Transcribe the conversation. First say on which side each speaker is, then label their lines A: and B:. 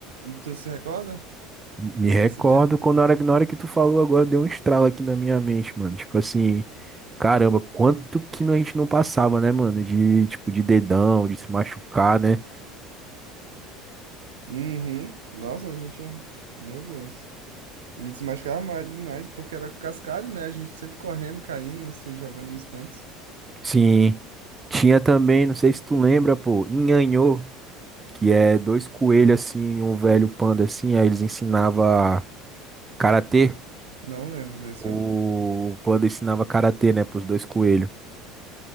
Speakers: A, on the right; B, on the right.
A: Tu se recorda
B: Me
A: desse
B: recordo
A: dia?
B: quando na hora, na hora que tu falou agora deu um estralo aqui na minha mente, mano. Tipo assim, caramba, quanto que a gente não passava, né, mano? De, tipo, de dedão, de se machucar, né?
A: Uhum. Nossa, a gente, meu Deus. A gente se machucava ma- demais porque era cascalho, né? A gente sempre correndo, caindo, se jogando nos cantos.
B: Sim. Tinha também, não sei se tu lembra, pô, Nhanhô, que é
A: E
B: dois coelhos assim, um velho panda assim, aí eles ensinava karatê.
A: não lembro desse,
B: O
A: ó.
B: panda ensinava karatê, né, pros dois coelhos.